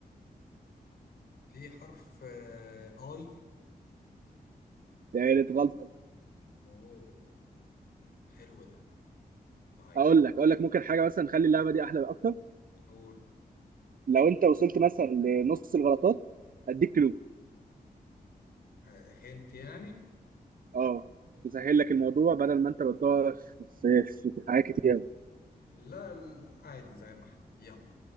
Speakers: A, on the left; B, on the right.
A: في حرف آه، اي
B: تالت غلطه
A: اوه حلو ده طيب
B: اقول لك اقول لك ممكن حاجه مثلا نخلي اللعبه دي احلى اكتر
A: قول
B: لو انت وصلت مثلا لنص الغلطات اديك كلو
A: آه، هنت يعني
B: اه يسهل لك الموضوع بدل ما انت بتدور في في في حاجات كتير
A: لا لا، عادي زي ما احنا يلا